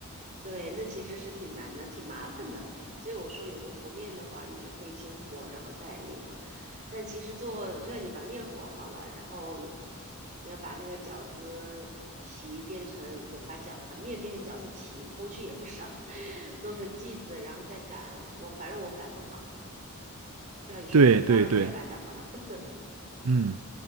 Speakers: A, on the right (about 35°); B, on the right (about 80°).
A: 对，那其实是挺难的，挺麻烦的。所以我说有个和面的话，你就可以先和，然后再那个。但其实做，就算你把面和好了，然后你要把那个饺子皮变成，就把饺把面变成饺子皮，工序也不少，<laughs> 弄成剂子，然后再擀。我反正我擀不好，就像你说，
B: 对对对，
A: 北方人才擀得好。<laughs>
B: 嗯，